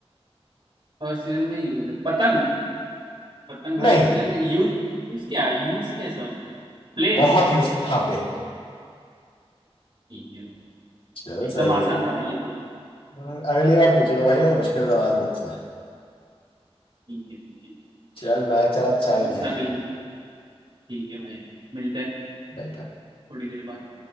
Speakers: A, on the right; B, on the left.
A: हर सीजन में यूज होते पतंग पतंग
B: नहीं
A: हर सीजन में यूज यूज क्या यूज कैसा होता है प्लेन
B: बहुत यूजफुल हाँ प्लेन
A: ठीक है भाई
B: चल
A: एकदम
B: सही
A: आसान
B: है
A: था भाई ये तो
B: हम्म, अगली बार पूछेगा भाई मैं मुश्किल सवाल मुझसे
A: ठीक है ठीक है
B: चल मैं चला चाय
A: पूछना
B: पीने
A: बिल्कुल ठीक है भाई मिलते हैं
B: है
A: थोड़ी देर बाद